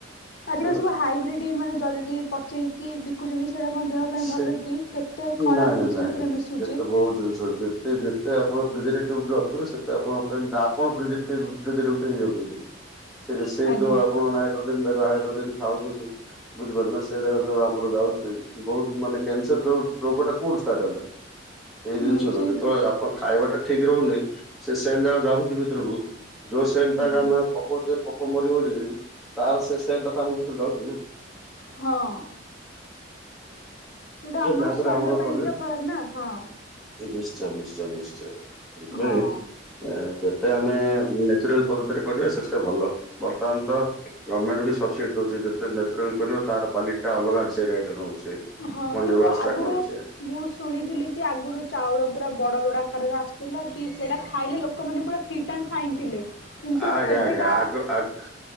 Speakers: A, on the left; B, in the centre.
A: ଆଜିକାଲି
B: ହେଲା
A: ସବୁ ହାଇବ୍ରିଡ଼୍ ମାନେ ଜଲଦି ଯକି ବିକୁଛନ୍ତି ସେଇଟା କଣ ଦେହ ପାଇଁ
B: ସେ
A: ଭଲ କି? କେତେ ଖରାପ
B: ନାଇଁ ନାଇଁ
A: ଜିନିଷ
B: ନାଇଁ
A: ସେଥିରେ
B: ନାଇଁ।
A: ମିଶୁଛି।
B: କେତେ ବହୁତ ଜିନିଷ ଯେତେ ଯେତେ ପଣ ରେତେ ଆପଣଙ୍କ ପାଇଁ ଆପଣ <unintelligible> ହେଇଯାଉଛନ୍ତି। ସେ ସେ
A: ଆଜ୍ଞା
B: ଯୋଉ ଆପଣ ନାଇଟ୍ରୋଜେନ ଦେଖ ହାଇଡ୍ରୋ଼ଜେନ ଖାଉଛନ୍ତି। ବୁଝିପାରୁିଲ ନା ସେ ଜାଗା ତ ଆମର ଗାଉ ବହୁତ ମାନେ କ୍ୟାନସର ରୋଗ ଟା କୋଉଠୁ ଷ୍ଟାର୍ଟ ହେଲା? ଏଇ
A: ହୁଁ
B: ଜିନିଷ ର
A: ସେଇଠୁ
B: ଯେତେବେଳେ ଆପଣ ଖାଇବା ଟା ଠିକ ରହୁନି ସେ ସେଲ ଯାଗା ଯାଉଛି ଭିତରକୁ ଯୋଉ ସେଟ
A: ହୁଁ।
B: ଟା ଆମେ ପକଉଛେ ପୋକ ମରିବାରିବ ତାର ସେ ସେଟ୍ ଟା ତମ ଭିତରୁ ଯଡାଉଛି ନା?
A: ହଁ। ସେଇଟା ଆମ
B: ଯାହା ଦ୍ଵାରା
A: ଶରୀର
B: ଆମର
A: ପାଇଁ
B: କଣ
A: ବି ତ ଖରାପ ନା ହଁ।
B: ନିଶ୍ଚୟ ନିଶ୍ଚୟ ନିଶ୍ଚୟ <inaudible>
A: ହଁ।
B: ଯେତେ ଆମେ ନେଚୁରାଲ ପଦ୍ଧତିରେ କରିବା ସେତେ ଭଲ ବର୍ତ୍ତମାନ ତ ଗଭର୍ଣ୍ଣମଣ୍ଟ ସବସିଡି଼ ଦଉଛି ଯେତେ ନେଚୁରାଲିବ ତାର ପାଲିଟା ଅଲଗା ସେ ରେଟ୍ ରେ ନଉଛି।
A: ହଁ
B: ମଣ୍ଡି
A: କିନ୍ତୁ,
B: ବ୍ୟବସ୍ଥା
A: ଆଗରୁ
B: କରୁଛେ
A: ମୁଁ ଶୁଣିଥିଲି କି କି ଆଗରୁ ଚାଉଳ ପୁରା ବଡ଼ ବଡ଼ ଆକାରରେ ଆସୁଥିଲା, କି ସେଇଟା ଖାଇଲେ ଲୋକମାନେ ପୁରା ଫିଟ୍ ଆଣ୍ଡ ଫାଇନ୍ ଥିଲେ। କିନ୍ତୁ
B: ଆଜ୍ଞା
A: ଏବେକା
B: ଆଜ୍ଞା ଆଗ